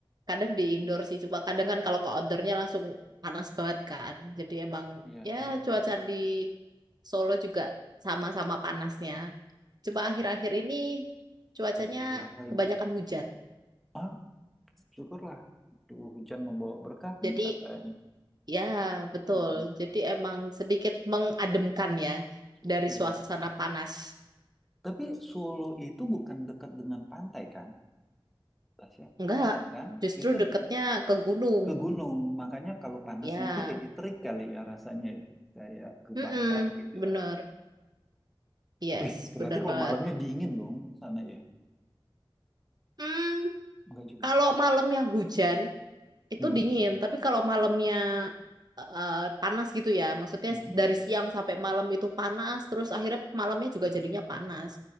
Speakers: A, on the right; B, in the centre.
A: kadang di indoor sih. Cuma kadang kan kalau ke outdoornya langsung panas banget kan. Jadi emang
B: iya,
A: ya
B: iya,
A: cuaca
B: iya.
A: di Solo juga sama-sama panasnya. Coba akhir-akhir ini cuacanya
B: Lebih gerah lagi.
A: kebanyakan hujan.
B: Ah? Syukurlah. Duh, hujan membawa berkah kan
A: Jadi
B: katanya.
A: ya betul.
B: Mhm.
A: Jadi emang sedikit mengademkan ya
B: Su-
A: dari
B: iya.
A: suasana panas.
B: Tapi Solo itu bukan dekat dengan pantai kan, Tasya?
A: Enggak,
B: Enggak kan?
A: justru
B: Itu
A: deketnya ke gunung.
B: ke gunung. Makanya kalau panasnya
A: Ya,
B: itu jadi terik kali ya rasanya ya. Kayak kebakar
A: mm
B: gitu
A: bener.
B: ya rasanya.
A: Yes,
B: Wih, berarti
A: bener
B: kalau
A: banget.
B: malamnya dingin dong sana ya?
A: Hmm,
B: Enggak juga.
A: kalau malamnya hujan, itu
B: Mhm,
A: dingin. Tapi kalau malamnya eh, panas gitu ya, maksudnya
B: mhm.
A: dari siang sampai malam itu panas, terus akhirnya malamnya juga jadinya panas.